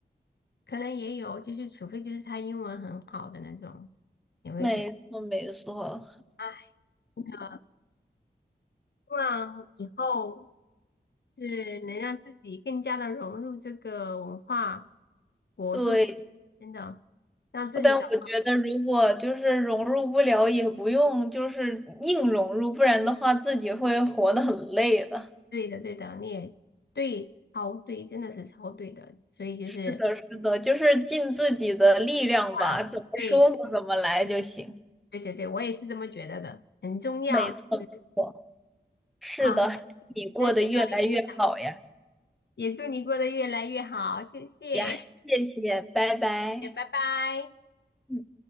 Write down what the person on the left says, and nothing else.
可能也有，就是除非就是他英文很好的那种，也会觉得，
哎，那希望以后。是能让自己更加的融入这个文化国度里，
真的让自己找
对的，对的，你也对，超对，真的是超对的，所以就是
啊，
对，对对对，我也是这么觉得的，很重要，
就是
啊，
开心和你分享，也祝你过得越来越好，谢谢，
也拜拜。